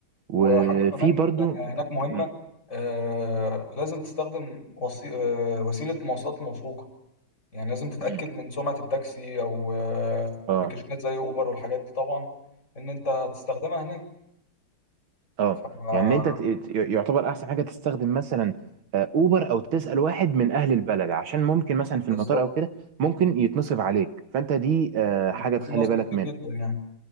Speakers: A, on the right (about 70°); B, on the left (about 35°).
A: وفي
B: وحاجة كمان
A: برضه
B: هناك مهمة
A: مم.
B: آه، لازم تستخدم وسي... آه، وسيلة مواصلات موثوقة يعني لازم تتأكد
A: مم.
B: من سمعة التاكسي او آه،
A: اه
B: ابلكيشنات زي اوبر والحاجات دي طبعا ان انت هتستخدمها
A: اه
B: هناك
A: يعني إن انت ت- ت- يعتبر احسن حاجه تستخدم مثلا آه، اوبر او تسال واحد من اهل البلد عشان ممكن مثلا في
B: بالظبط
A: المطار او كده ممكن يتنصب عليك فانت دي آه،
B: وبيبقى
A: حاجه تخلي
B: فيه نصب
A: بالك
B: كتير
A: منها
B: جدا يعني